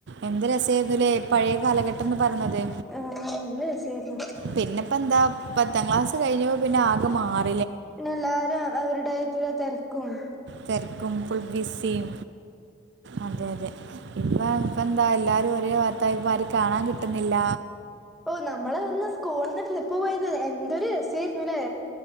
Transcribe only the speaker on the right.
എന്ത് രസേയിര്ന്ന്ലേ പഴേ കാലഘട്ടം ന്ന് പറഞ്ഞത്
പിന്നെപ്പം എന്താ പത്താം ക്ലാസ് കഴിഞ്ഞ പിന്നെ ആകെ മാറി
തെരക്കും ഫുൾ ബിസിം അതെ അതെ ഇപ്പ ഇഫെന്താ എല്ലാരും ഒരേ വാത്തായ് ഇപ്പാരിം കാണാൻ കിട്ട്ന്നില്ല